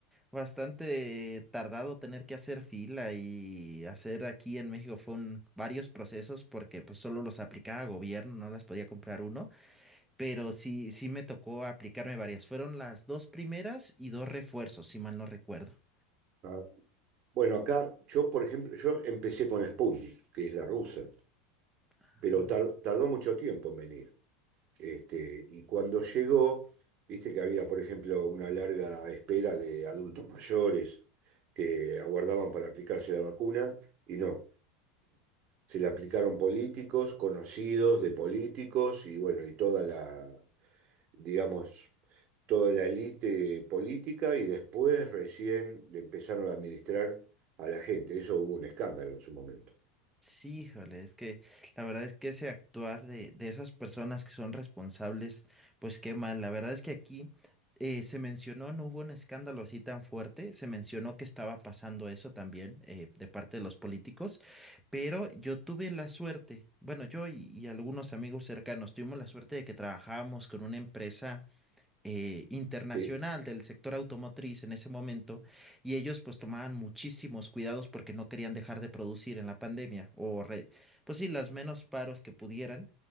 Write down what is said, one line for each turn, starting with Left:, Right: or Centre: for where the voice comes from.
Centre: bastante tardado tener que hacer fila y hacer aquí en México fue un, varios procesos porque pues solo los aplicaba gobierno, no las podía comprar uno. pero sí, sí me tocó aplicarme varias. Fueron las dos primeras y dos refuerzos, si mal no recuerdo.
Right: Ah, Bueno, acá yo, por ejemplo, yo empecé con Sputnik, que es la rusa,
Centre: Ah,
Right: pero tar- tardó mucho tiempo en venir. Este, y cuando llegó, viste que había, por ejemplo, una larga espera de adultos mayores que aguardaban para aplicarse la vacuna, y no. Se le aplicaron políticos, conocidos de políticos y bueno, y toda la, digamos, toda la élite política y después recién le empezaron a administrar a la gente. Eso hubo un escándalo en su momento.
Centre: Sí, híjole, es que la verdad es que ese actuar de, de esas personas que son responsables, pues qué mal. La verdad es que aquí eh, se mencionó, no hubo un escándalo así tan fuerte, se mencionó que estaba pasando eso también eh, de parte de los políticos, pero yo tuve la suerte, bueno, yo y, y algunos amigos cercanos tuvimos la suerte de que trabajábamos con una empresa eh, internacional
Right: Sí,
Centre: del sector automotriz en ese momento y ellos pues tomaban muchísimos cuidados porque no querían dejar de producir en la pandemia o re- pues sí, las menos paros que pudieran